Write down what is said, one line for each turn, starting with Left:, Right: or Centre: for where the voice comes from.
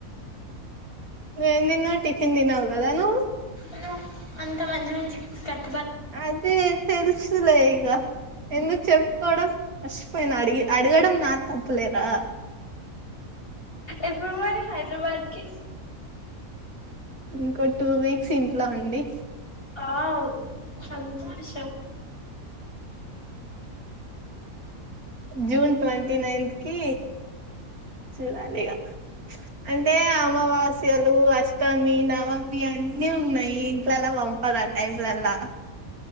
Right: నువ్వేం తిన్నావ్ టిఫిన్ తినవు కదా నువ్
Left: ఆ అంత మంచి మంచి కట్
Right: అదే తెలుసులే ఇగ ఎందుకు చెప్పుకోవడం మచిపోయినా అడిగి అడగడం నాది తప్పులేరా
Left: ఎప్పుడు మరి హైదరాబాదికే
Right: ఇంకో టూ వీక్స్ ఇంట్లో అండి
Left: వావ్ సంతోషం
Right: జూన్ ట్వంటి నైన్త్ కి చూడాలిగా అంటే అమావాస్యలు అష్టమి నవమి అన్ని ఉన్నాయి ఇంట్లల్ల పంపదు ఆ టైమ్లల్ల